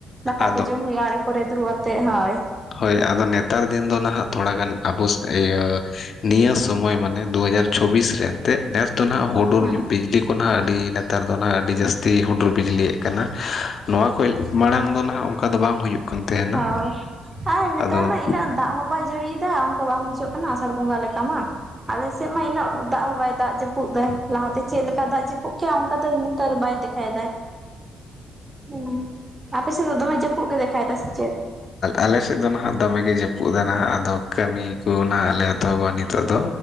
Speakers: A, on the right (about 25°); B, on the left (about 55°).
A: ᱫᱟᱠᱟ
B: ᱟᱫᱚ
A: ᱠᱚ ᱡᱚᱢ ᱦᱩᱭᱩᱜᱼᱟ ᱟᱲᱮ ᱠᱚᱨᱮ ᱫᱩᱲᱩᱵ ᱟᱛᱮᱜ ᱦᱳᱭ᱾
B: ᱦᱳᱭ ᱟᱫᱚ ᱱᱮᱛᱟᱨ ᱫᱤᱱ ᱫᱚ ᱱᱟᱦᱟᱜ ᱛᱷᱚᱲᱟᱜᱟᱱ ᱟᱵᱚ ᱤᱭᱟᱹ ᱱᱤᱭᱟᱹ ᱥᱚᱢᱚᱭ ᱢᱟᱱᱮ ᱫᱩ ᱦᱟᱡᱟᱨ ᱪᱷᱚᱵᱤᱥ ᱨᱮ ᱮᱱᱛᱮ ᱱᱮᱥ ᱫᱚ ᱱᱟᱦᱟᱜ ᱦᱩᱰᱩᱨ
A: ᱦᱮᱸ
B: ᱵᱤᱡᱽᱞᱤ ᱠᱚ ᱱᱟᱦᱟᱜ ᱟᱹᱰᱤ ᱱᱮᱛᱟᱨ ᱫᱚ ᱱᱟᱦᱟᱜ ᱟᱹᱰᱤ ᱡᱟᱹᱥᱛᱤ ᱦᱩᱰᱩᱨ ᱵᱤᱡᱽᱞᱤᱭᱮᱫ ᱠᱟᱱᱟ, ᱱᱚᱣᱟ ᱠᱷᱚᱱ ᱢᱟᱲᱟᱝ ᱫᱚ ᱱᱟᱦᱟᱜ ᱚᱠᱟ ᱫᱚ ᱵᱟᱝ ᱦᱩᱭᱩᱜ ᱠᱟᱱ ᱛᱟᱦᱮᱱᱟ᱾
A: ᱦᱳᱭ ᱟᱨ ᱱᱮᱛᱟᱨ
B: ᱟᱫᱚ
A: ᱢᱟ ᱩᱱᱟᱹᱜ ᱫᱟᱜ ᱦᱚᱸ ᱵᱟᱭ ᱡᱟᱹᱲᱤᱭᱮᱫᱟ ᱚᱱᱠᱟ ᱵᱟᱝ ᱵᱩᱡᱷᱟᱹᱜ ᱠᱟᱱᱟ ᱟᱥᱟᱲ ᱵᱚᱸᱜᱟ ᱞᱮᱠᱟ ᱢᱟ᱾ ᱟᱞᱮᱥᱮᱫ ᱢᱟ ᱤᱱᱟᱹᱜ ᱫᱟᱜ ᱦᱚᱸ ᱵᱟᱭ ᱫᱟᱜ ᱡᱟᱹᱯᱩᱫ ᱫᱟ, ᱞᱟᱦᱟᱛᱮ ᱪᱮᱫ ᱞᱮᱠᱟ ᱫᱟᱜ ᱡᱟᱹᱯᱩᱫ <unintelligible> ᱚᱱᱠᱟ ᱫᱚ ᱱᱮᱛᱟᱨ ᱵᱟᱭ ᱫᱮᱠᱟᱭ ᱮᱫᱟᱭ ᱦᱩᱸ ᱟᱯᱮ ᱥᱮᱫ ᱫᱚ ᱫᱚᱢᱮ ᱡᱟᱹᱯᱩᱫᱼᱼ <unintelligible> ᱜᱮ ᱫᱮᱠᱷᱟ ᱫᱟᱭ ᱥᱮ ᱪᱮᱫ?
B: ᱟᱞᱮ ᱥᱮᱫ ᱫᱚ ᱱᱟᱦᱟᱜ ᱫᱚᱢᱮ ᱜᱮ ᱡᱟᱹᱯᱩᱫ ᱮᱫᱟ ᱱᱟᱦᱟᱜ ᱟᱫᱚ ᱠᱟᱹᱢᱤ ᱠᱚ ᱱᱟᱜ ᱟᱞᱮ ᱮᱛᱚᱦᱚᱵᱼᱟ ᱱᱤᱛᱚᱜ ᱫᱚ